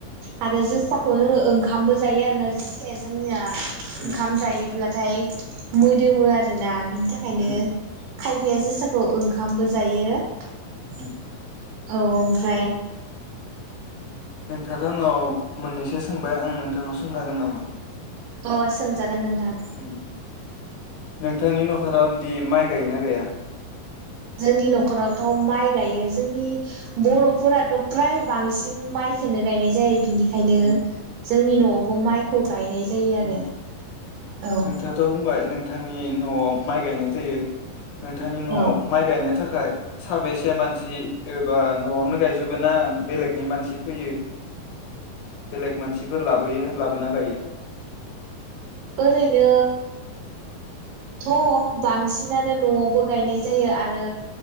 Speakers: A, on the right; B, on the left.
A: आरो जोसाखौ जोङो ओंखामबो जायो आरोना जोसाया जोंनिया
B: उम
A: ओंखाम जायोब्ला थाय मो दोमो आरोना बि नि थाखायनो
B: उम
A: खायफाया जोसाखौ ओंखामबो जायो। <inaudible>
B: उम
A: औ ओमफ्राय
B: नोंथाङाथ' आंनाव मोननैसो सोंबाय आं नोंथांनाव सोंनो हागोन नामा?
A: अ सोंजा गोन नोंथां।
B: उम नोंथांनि न'खराव बिदि माइ गायोना गाया?
A: जोंनि न'खरावथ' माइ गायो जोंनि बर'फोराथ'
B: उम
A: फ्राय बांसिन माइखौनो गायनाय जायो। बिनिखायनो
B: उम
A: जोंनि न'आवबो माइखौ गायनाय जायो आरो
B: उम
A: औ।
B: नोंथाङाथ' बुंबाय नोंथांनि न'आव माइ गायनाय जायो। नोंथांनि न'आव
A: औ
B: माइ गायनो थाखाय साबेसे मानसि ओ बा न'आवनो गायजोबो ना बेलेगनि मानसि फैयो बेलेग मानसिफोर लाबोयो लाबोना गायो?
A: ओरैनो थ' बांसिनानो न'आवबो गायनाय जायो आरो